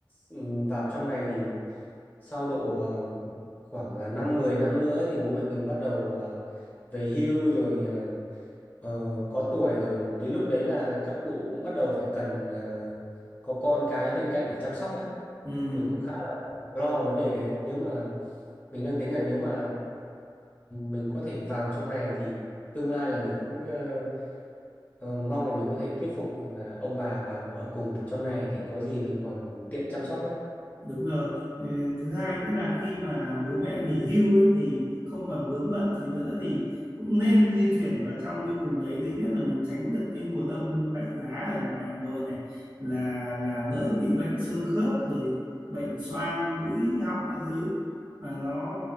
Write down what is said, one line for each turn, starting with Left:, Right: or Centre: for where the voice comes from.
Left: ừm, vào trong này thì sau độ ờ, khoảng ờ, năm 10 năm nữa thì bố mẹ mình bắt đầu ờ, về hưu rồi ờ, ờ, có tuổi rồi đến lúc đấy là các cụ cũng bắt đầu phải cần ờ, có con cái bên cạnh để chăm sóc ấy
Right: Ừ.
Left: mình cũng khá là lo vấn đề đấy nếu mà mình đang tính là nếu mà mình có thể vào trong này thì tương lai là mình cũng ờ, ờ, mong là mình có thể thuyết phục là ông bà vào ở cùng trong này để có gì mình còn tiện chăm sóc ấy
Right: Đúng rồi. Ừ, Thứ hai nữa là khi mà bố mẹ nghỉ hưu ấy thì không còn vướng bận gì nữa thì cũng nên di chuyển vào trong cái vùng đấy. Thứ nhất là mình tránh được cái mùa đông lạnh giá ở ngoài Hà Nội này là là đỡ bị bệnh xương khớp rồi bệnh xoang mũi họng các thứ mà nó